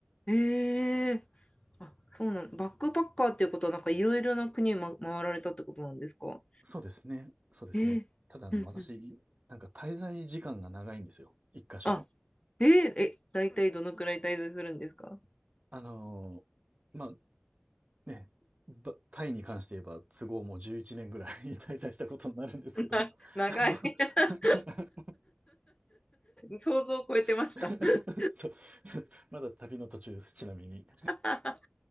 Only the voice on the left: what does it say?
えー、あ、そうなん、バックパッカーっていうことは、なんかいろいろな国を、ま、回られたってことなんですか
えー、
うんうん。
あ、えー、え、大体どのくらい滞在するんですか
<laughs> 長い
<laughs>
想像を超えてました
<laughs>
あ、